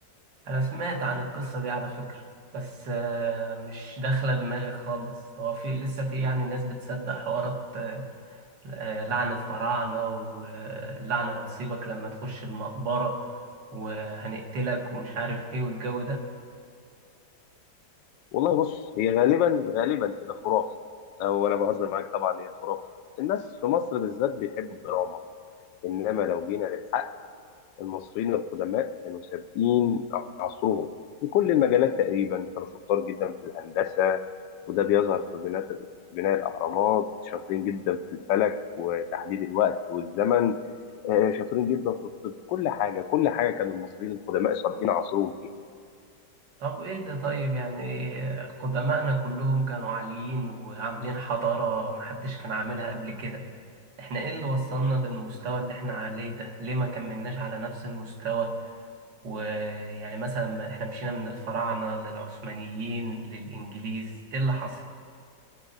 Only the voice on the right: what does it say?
أنا سمعت عن القصة دي على فكرة بس آه، مش داخلة دماغي خالص هو في لسه في يعني ناس بتصدق حوارات آه، لعنة فراعنة واللعنة هتصيبك لما تخش المقبرة وهنقتلك ومش عارف ايه والجو ده
طب ايه ده طيب يعني قدماءنا كلهم كانوا عاليين وعاملين حضارة محدش كان عاملها قبل كده احنا ايه اللي وصلنا للمستوى اللي احنا عليه ده ليه ما كملناش على نفس المستوى ويعني مثلا ما احنا مشينا من الفراعنة للعثمانيين للإنجليز ايه اللي حصل